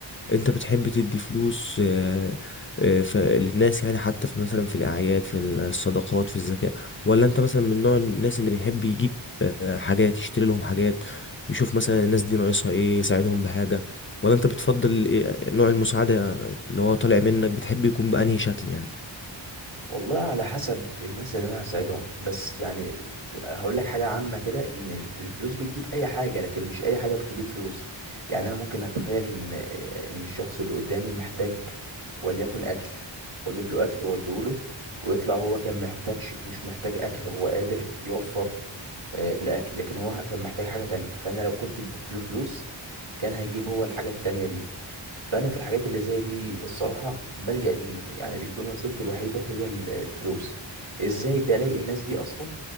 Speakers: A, on the left (about 30°); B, on the right (about 85°).
A: انت بتحب تدي فلوس آه، آه، ف- للناس يعني حتى في مثلا في الاعياد في الصدقات في الزكاة ولا انت مثلا من نوع الناس اللي بيحب يجيب آه، حاجات يشتري لهم حاجات يشوف مثلا الناس دي ناقصها ايه يساعدهم بحاجة ولا انت بتفضل إيه- نوع المساعدة اللي هو طالع منك بتحب يكون بأنهي شكل يعني
B: والله على حسب الناس اللي انا هساعدهم بس يعني هقول لك حاجه عامه كده ان الفلوس بتجيب اي حاجه لكن مش اي حاجه بتجيب الفلوس يعني انا ممكن اتخيل ان ان الشخص اللي قدامي محتاج وليكن اكل واجيب له اكل واوديه له ويطلع هو كان محتاجش مش محتاج اكل هو قادر يوفر آه، الاكل لكن هو كان محتاج حاجه تانية فانا لو كنت اديت له فلوس كان هيجيب هو الحاجه التانية دي فانا في الحاجات اللي زي دي الصراحه بلجأ ان يعني بيكون وسيلتي الوحيده هي ال- الفلوس ازاي بلاقي الناس دي اصلا